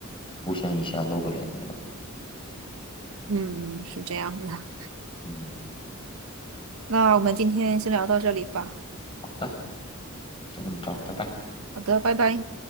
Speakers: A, on the left; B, on the right.
A: 出现一下露个脸那种。
B: 嗯，嗯是这样的。
A: 嗯，
B: 那我们今天先聊到这里吧。
A: 好的，先这么着，拜拜。
B: 好的，拜拜。